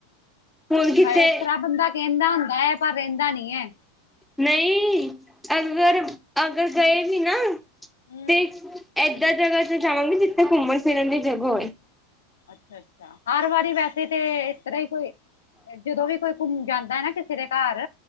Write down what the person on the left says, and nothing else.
ਇਸ ਤਰਾਂ ਬੰਦਾ ਕਹਿੰਦਾ ਹੁੰਦਾ ਐ, ਪਰ ਰੈਂਦਾ ਨੀ ਐ।
ਹਮ
ਅੱਛਾ, ਅੱਛਾ, ਹਰ ਵਾਰੀ ਵੈਸੇ ਤੇ ਇਸ ਤਰ੍ਹਾਂ ਹੀ ਕੋਈ ਜਦੋ ਵੀ ਕੋਈ ਘੁਮ ਜਾਂਦਾ ਏ ਨਾ ਕਿਸੇ ਦੇ ਕਾਰ,